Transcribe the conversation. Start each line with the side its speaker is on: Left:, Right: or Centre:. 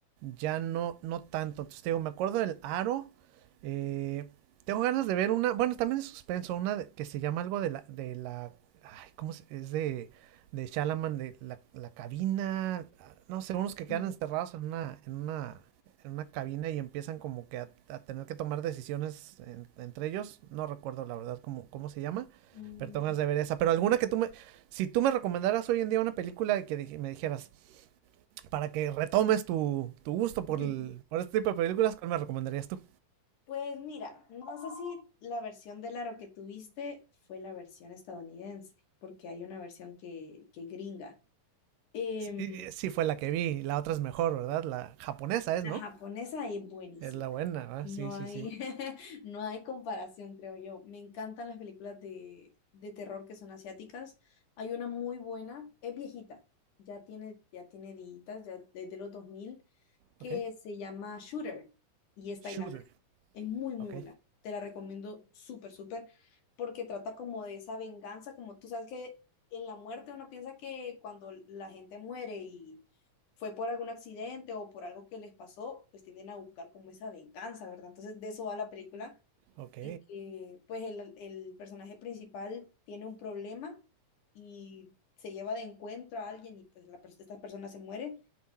Right: ya no, no tanto. Entonces, te digo, me acuerdo del Aro. eh, tengo ganas de ver una, bueno, también es suspenso, una de- que se llama algo de la, de la, ay, ¿cómo se- es de, de Shalaman, de la, la cabina, ah, no sé, unos que quedan
Left: Mm,
Right: encerrados en una, en una, en una cabina y empiezan como que a, a tener que tomar decisiones en- entre ellos. No recuerdo la verdad cómo, cómo se llama,
Left: mm.
Right: pero tengo ganas de ver esa. Pero alguna que tú me, si tú me recomendaras hoy en día una película que dij- me dijeras, para que retomes tu, tu gusto por,
Left: <laughs>
Right: el- por este tipo de películas, ¿cuál me recomendarías tú?
Left: Pues mira, no sé si la versión del aro que tuviste fue la versión estadounidense, porque hay una versión que, que gringa. Em,
Right: Sí, sí fue la que vi, la otra es mejor, ¿verdad? La japonesa es,
Left: la
Right: ¿no?
Left: japonesa es buenísima.
Right: Es la buena, ¿verdad?
Left: No
Right: Sí, sí,
Left: hay,
Right: sí.
Left: <laughs> no hay comparación, creo yo. Me encantan las películas de, de terror que son asiáticas. Hay una muy buena, es viejita, ya tiene, ya tiene días, ya desde los dos mil que
Right: Ok.
Left: se llama Shooter y es tailandesa.
Right: Shooter.
Left: Es muy, muy
Right: Ok.
Left: buena. Te la recomiendo súper, súper, porque trata como de esa venganza, como tú sabes que en la muerte uno piensa que cuando la gente muere y fue por algún accidente o por algo que les pasó, pues tienden a buscar como esa venganza, ¿verdad? Entonces de eso va la película,
Right: Ok.
Left: en que pues el, el personaje principal tiene un problema y se lleva de encuentro a alguien y pues la, pers- esta persona se muere